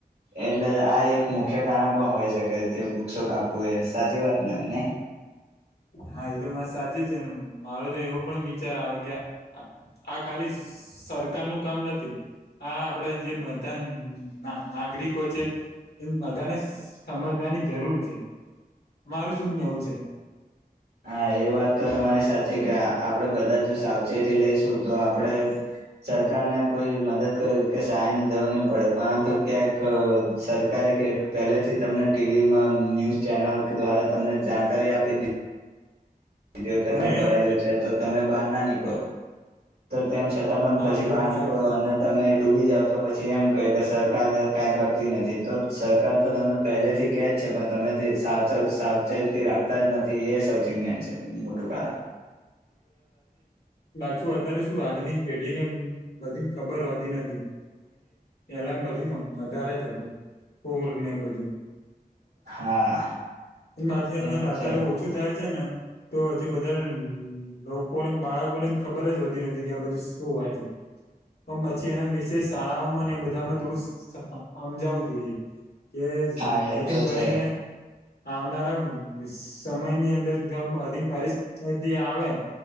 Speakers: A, on the right; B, on the left.
A: એટલે આ એક મુખ્ય કારણ પણ હોય શકે જે વૃક્ષો કાપવું એ સાચી વાતને ને?
B: હા એ તો મસ્ સાચી છે ને મારો તો એવો પણ વિચાર આવે કે આ ખાલી સરકાર નું કામ નથી હા આપડે જે બધા નાગ નાગરિકો છે એમ બધાને સમજવાની જરૂર છે, મારું શું કેવું છે?
A: હા એ વાત તો તમારી સાચી, કે આપડે બધા જો સાવચેતી લઈશું તો આપડે સરકારને કોઈ મદદ કર કે સહાયની જરૂર નહી પડે, પરંતુ ક્યાંક સરકાર કે પહેલેથી તમને ટીવીમાં ન્યૂઝ ચેનલ દ્વારા તમને જાણકારી આપી દી બીજી વખત
B: અને
A: ભરાયેલું છે તો તમે બહાર ના નીકળો તો તેમ છતાં પણ
B: હા
A: પછી
B: એ તો
A: બહાર
B: વાત
A: નીકળો
B: સાચી છે
A: અને તમે ડૂબી જાવ તો પછી એમ કે કે સરકાર કઈ કરતી નથી, તો સરકાર તો તમને પહેલેથી કે છે પણ તમેથી સાવ સાવચેતી રાખતા જ નથી એ સૌથી મેન છે, મોટું કારણ
B: શું અત્યારે શું આજની પેઢી ને બધી ખબર હોતી નથી, એ એલામ બધું વધારે થતું, પૂર ને બધું
A: હા
B: હ ના અત્યારે
A: એ તો છે
B: ઓછું થાય છે ને તો હજી બધાને લોકોને બાળકો ને ખબર જ હોતી નથીતી કે આ બધું શું હોય છે. પણ પછી એના વિશેષ શાળાઓમાં એ બધામાં થોડું સમજાવવું જોઈએ. કે ડાયથિંગ
A: હા એ તો
B: કરીને
A: છે
B: આવનારા સમયની અંદર જોબ અધિક પરિસ્થિતિ આવે